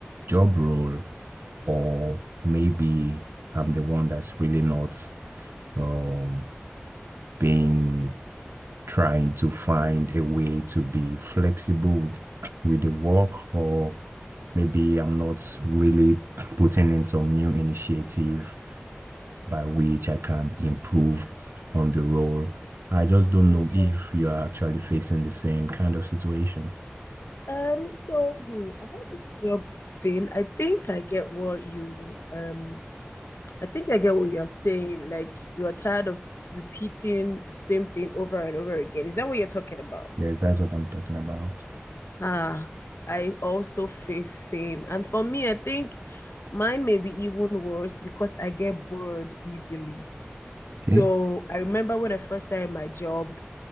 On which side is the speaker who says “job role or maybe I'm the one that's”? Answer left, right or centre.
Right